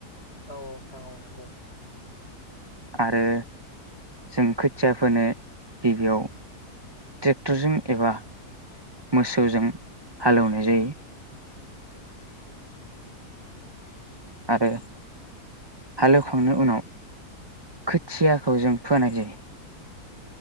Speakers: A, on the left; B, on the right.
A: औ औ नोंथां औ नंगौ
B: आरो जों खोथिया फोनो गिबियाव ट्रेक्टरजों एबा मोसौजों हालेवनाय जायो आरो हालेवखांनाय उनाव खोथियाखौ जों फोनाय जायो